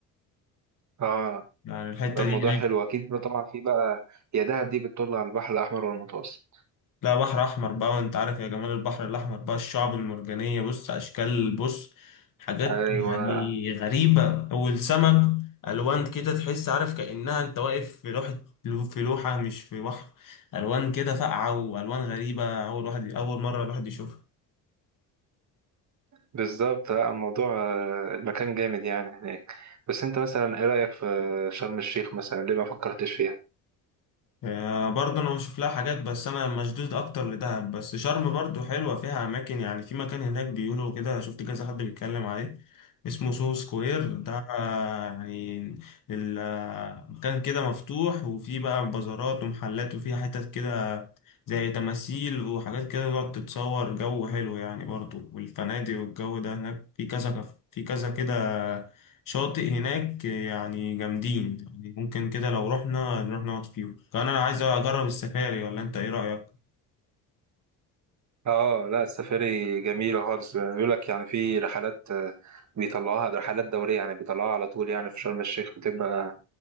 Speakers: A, on the right; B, on the left.
A: اه
B: يعني الحتة
A: الموضوع
B: دي
A: حلو أكيد بقى. طبعا في بقى يا دهب دي بتطل على البحر الأحمر والمتوسط
B: لا بحر احمر بقى وانت عارف يا جمال البحر الاحمر بقى الشعب المرجانيه بص اشكال بص حاجات
A: أيوه
B: يعني غريبه والسمك الوان كده تحس عارف كانها انت واقف في لوحه في لوحه مش في بحر الوان كده فاقعه والوان غريبه اول واحد اول مره الواحد يشوفها
A: بالظبط آه، الموضوع آه، المكان جامد يعني هناك بس أنت مثلا إيه رأيك في شرم الشيخ مثلا ليه ما فكرتش فيها؟
B: آه، برضه انا بشوف لها حاجات بس انا مشدود اكتر لدهب بس شرم برضه حلوه فيها اماكن يعني في مكان هناك بيقولوا كده شفت كذا حد بيتكلم عليه اسمه سو سكوير ده آه، يعني ال- آه، مكان كده مفتوح وفيه بقى بازارات ومحلات وفيها حتت كده زي تماثيل وحاجات كده تقعد تتصور جو حلو يعني برضه والفنادق والجو ده هناك في كذا في كذا كده شاطئ هناك يعني جامدين يعني ممكن كده لو رحنا نروح نقعد فيهم كان انا عايز اجرب السفاري ولا انت ايه رأيك
A: اه لا السفاري جميلة خالص بيقول لك يعني في رحلات آه، بيطلعوها ده رحلات دورية يعني بيطلعوها على طول يعني في شرم الشيخ بتبقى